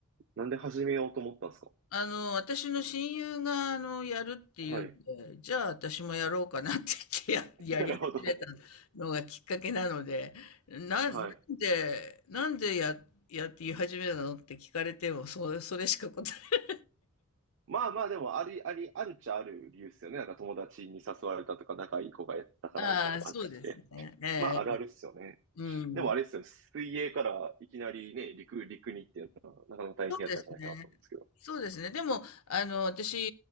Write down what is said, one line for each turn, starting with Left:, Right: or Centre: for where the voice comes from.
Right: なんで始めようと思ったんですか
Left: あの、私の親友が、あの、やるっていうんで、
Right: はい。
Left: じゃあ私もやろうかなって言ってや、
Right: <laughs> なるほど。
Left: やり始めたのがきっかけなので、な、
Right: はい。
Left: なんで、なんでや、やって言い始めたのって聞かれても、それ、それしか答え、
Right: まあまあ、でも、あり、あり、あるっちゃある理由っすよね。なんか友達に誘われたとか、仲いい子がやったから、
Left: <laughs> ああ、
Right: みたいな感じで。
Left: そうですね。ええ、
Right: まあ、あるあるっすよね。
Left: うん。
Right: でもあれっすよね。水泳からいきなりね、陸、陸にっていうのは、なかなか大変やったんじゃないかなと思うんですけど。
Left: そうですね。そうですね。でも、あの、私、